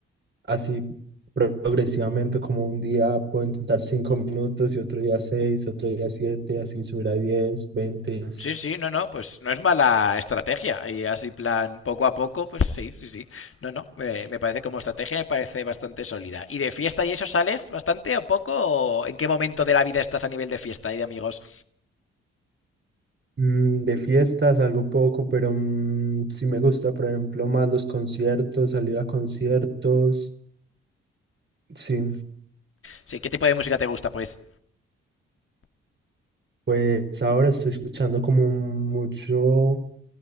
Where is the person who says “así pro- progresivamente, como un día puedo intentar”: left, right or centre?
Right